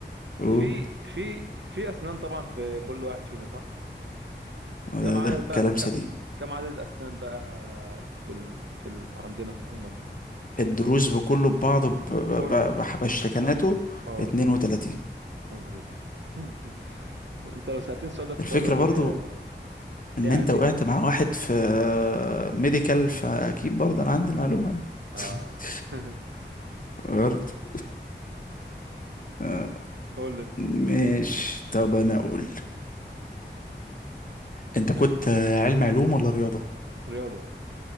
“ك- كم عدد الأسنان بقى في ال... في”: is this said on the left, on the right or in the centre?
Right